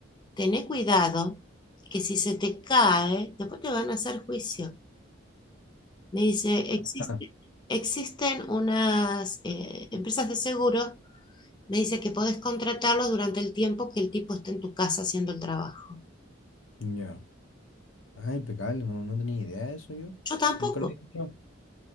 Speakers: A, on the left (about 25°); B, on the left (about 85°).
A: tené cuidado que si se te cae, después te van a hacer juicio. Me dice, "Existe-
B: Ah,
A: existen unas eh, empresas de seguro, me dice que podés contratarlo durante el tiempo que el tipo esté en tu casa haciendo el trabajo.
B: Ya. Ah, impecable, no, no tenía idea de eso yo.
A: Yo tampoco.
B: Nunca lo había escuchado.